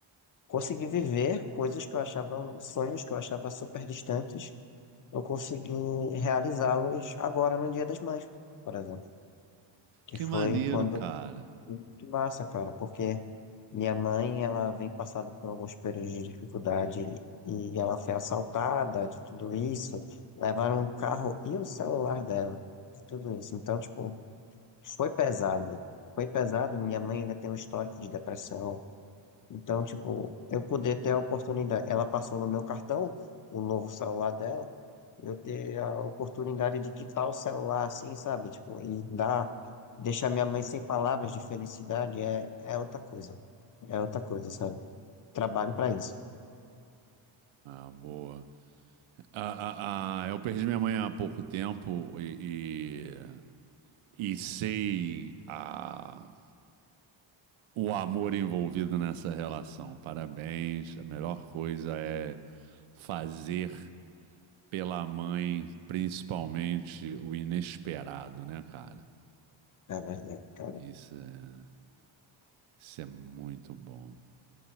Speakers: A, on the left; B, on the right.
A: consegui viver coisas que eu achava, sonhos que eu achava super distantes, eu consegui realizá-los agora no Dia das Mães, por exemplo. Que
B: Que
A: foi
B: maneiro,
A: quando
B: cara.
A: foi muito massa, cara, porque minha mãe, ela vem passando por alguns períodos de dificuldade e ela foi assaltada de tudo isso, levaram o carro e o celular dela, de tudo isso. Então, tipo, foi pesado. Foi pesado, minha mãe ainda tem um histórico de depressão, então, tipo, eu poder ter a oportunidade. Ela passou no meu cartão, o novo celular dela, eu ter a oportunidade de quitar o celular assim, sabe? Tipo, e dar, deixar minha mãe sem palavras de felicidade é, é outra coisa. É outra coisa, sabe? Trabalho pra isso,
B: Ah, boa. Ah, ah, ah, eu perdi minha mãe há pouco tempo e, e, e sei a o amor envolvido nessa relação. Parabéns. A melhor coisa é fazer pela mãe, principalmente o inesperado, né, cara?
A: é verdade, cara.
B: Isso é, isso é muito bom.